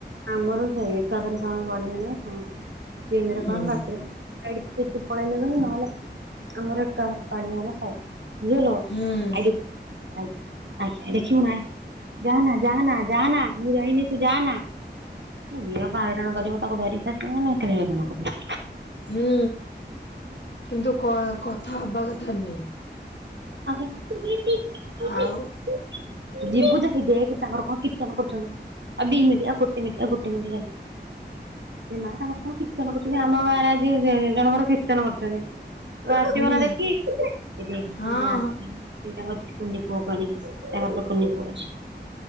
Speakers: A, on the right; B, on the left.
A: ଆମର ସେ ଏକାଥରେ ସମୟ ବାଢ଼ି ଆଣିବି ମୁଁ ଦିନରେ
B: ହୁଁ
A: କଣ ରାତିରେ ନାଇଟ୍ ସିଫ୍ଟ ପଳେଇଲେ ବୋଲି ନହଲେ ଆମର ଏକାବେଳେ ବାଢ଼ି ଆଣ ଖାଇ ଦ କିଏଲୋ
B: ହୁଁ
A: ଆଇଡି ଆଇ ଆଇ ଦେଖିବୁନା ଆଇ ଯା ନା ଯାନା ଯାନା ମୁଁ ଯାଇନି ତୁ ଯା ନା। ଝିଅ ବା ହଇରାଣ କରିବ ତାକୁ ଧରିକିଆସିବି ମାନେ ଭାରି ହଇରାଣ କରିବ।
B: ହୁଁ କିନ୍ତୁ କ କଥା ହବା କଥା ନୁହେଁ।
A: ଆରେ ଯିବୁ ଯେ
B: ଆଉ
A: ହେ ଦେଖ କିନ୍ତୁ ତାଙ୍କର କଣ କୀର୍ତ୍ତନ କରୁଛନ୍ତି? ଆ ଦି ମିନିଟ୍ ଆଉ ଗୋଟେ ମିନିଟ୍ ଆଉ ଗୋଟେ ମିନିଟ୍ ଖାଲି। ଏମା ତାଙ୍କର କଣ କୀର୍ତ୍ତନ କରୁଛନ୍ତି ଆମ ଗାଁରେ ଆ ଆଜି ଜଣଙ୍କର କୀର୍ତ୍ତନ କରୁଛନ୍ତି। ଆସିବ
B: ହୁଁ
A: ନା ଦେଖିକି ଏ ଦେଖ
B: ହଁ
A: ଏ ତାଙ୍କର କୁନି ପୁଅକୁ ଆଣିକି ଆସିବେ ତାଙ୍କର ଗୋଟେ କୁନି ପୁଅ ଅଛି